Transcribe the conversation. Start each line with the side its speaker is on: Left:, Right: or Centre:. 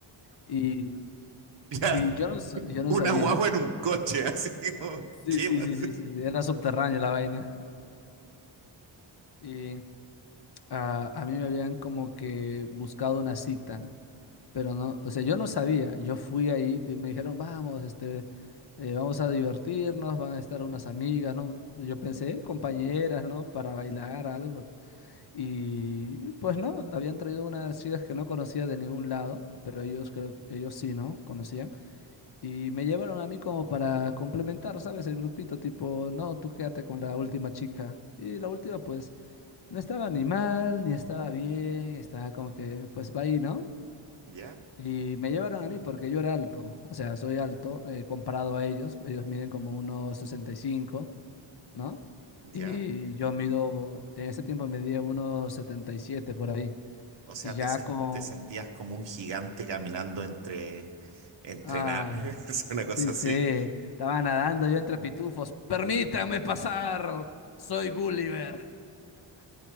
Left: Y,
Right: Claro,
Left: y yo no, sa- yo no
Right: una
Left: sabía.
Right: guagua en un coche, <laughs> así como,
Left: Sí,
Right: ¿qué
Left: sí,
Right: más?
Left: sí, sí, sí, sí, era subterráneo la vaina. Y ah, a mí me habían como que buscado una cita Pero no, o sea, yo no sabía, yo fui ahí, di- me dijeron, vamos, este, eh, vamos a divertirnos, van a estar unas amigas, ¿no? Yo pensé, "Eh, compañeras, ¿no? Para bailar algo. Y pues no, habían traído unas chicas que no conocía de ningún lado, pero ellos creo, ellos sí, ¿no? Conocían. Y me llevaron a mí como para complementar, ¿sabes? El grupito, tipo, no, tú quédate con la última chica. Y la última, pues, no estaba ni mal, ni estaba bien, estaba como que, pues, va ahí, ¿no?
Right: ¿Ya?
Left: Y me llevaron a mí porque yo era alto, o sea, soy alto eh, comparado a ellos, ellos miden como unos sesenta y cinco ¿no?
Right: ¿Ya?
Left: Y yo mido, en ese tiempo medía unos 77 por ahí,
Right: O sea,
Left: y ya
Right: te, sen-
Left: con,
Right: te sentías como un gigante caminando entre, entrenar,
Left: ah,
Right: <laughs> es una cosa
Left: sí,
Right: así.
Left: sí, estaba nadando yo entre pitufos, permítanme pasar, soy Gulliver.